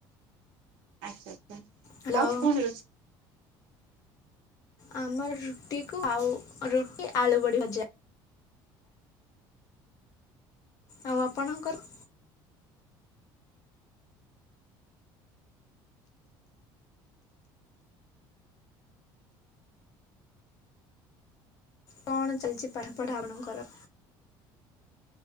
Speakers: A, on the right (about 70°); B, on the left (about 40°).
A: ଆଚ୍ଛା ଆଚ୍ଛା
B: ହ୍ୟାଲୋ।
A: ଆଉ କଣ ରୋଷ
B: ଆମର ରୁଟି କୁ ଆଉ ରୁଟି, ଆଳୁ ବଡି ଭଜା। ଆଉ ଆପଣଙ୍କର? କଣ ଚାଲିଛି ପାଠପଢା ଆପଣଙ୍କର?